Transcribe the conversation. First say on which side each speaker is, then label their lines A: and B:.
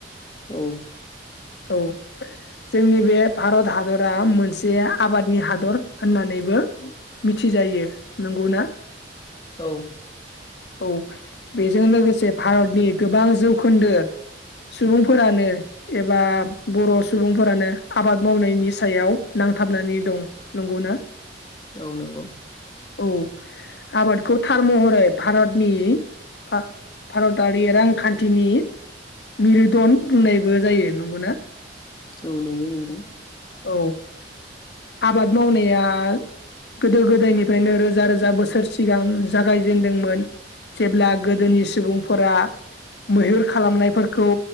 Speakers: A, on the left; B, on the left.
A: औ
B: औ जोंनि बे भारत हादरा मोनसे आबादनि हादर होननानैबो मिथिजायो नंगौ ना
A: औ
B: औ बेजों लोगोसे भारतनि गोबां जौखोन्दो सुबुंफोरानो एबा बर' सुबुंफोरानो आबाद मावनायनि सायाव नांथाबनानै दं नंगौ ना
A: औ नंगौ
B: औ आबादखौ थार महरै भारतनि भारतारि रांखान्थिनि मिरुदन बुंनायबो जायो नंगौना
A: औ नंगौ नोंथां
B: औ आबाद मावनाया गोदो गोदायनिफ्रायनो रोजा रोजा बोसोर सिगां जागायजेनदोंमोन जेब्ला गोदोनि सुबुंफोरा मैहुर खालामनायफोरखौ